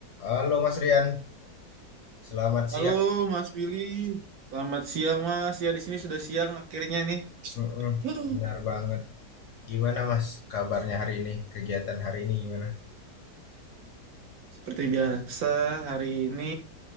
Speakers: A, on the left (about 65°); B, on the right (about 70°).
A: Halo Mas Rian, selamat siang.
B: Halo Mas Willy, selamat siang Mas. Ya di sini sudah siang akhirnya nih.
A: Mm-mm,
B: Huh.
A: benar banget. Gimana Mas kabarnya hari ini? Kegiatan hari ini gimana?
B: Seperti biasa hari ini